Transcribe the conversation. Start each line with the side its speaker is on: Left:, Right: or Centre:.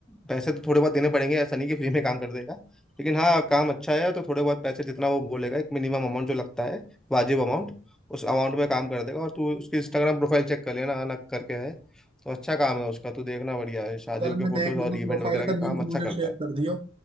Centre: पैसे तो थोड़े बहुत देने पड़ेंगे ऐसा नहीं कि फ्री में काम कर देगा लेकिन हाँ काम अच्छा है तो थोड़े बहुत पैसे जितना वो बोलेगा एक मिनिमम अमाउंट जो लगता है वाजिब अमाउंट उस अमाउंट में काम कर देगा और तू उसकी इंस्टाग्राम प्रोफाइल चेक कर लेना अनक करके है तो अच्छा काम है उसका तू देखना बढ़िया है शादियों
Right: कल
Centre: के
Right: मैं
Centre: फोटोज
Right: देख लूंगा
Centre: और इवेंट
Right: प्रोफाइल
Centre: वगैरह का
Right: का लिंक
Centre: काम अच्छा
Right: मुझे
Centre: करता
Right: शेयर
Centre: है
Right: कर दियो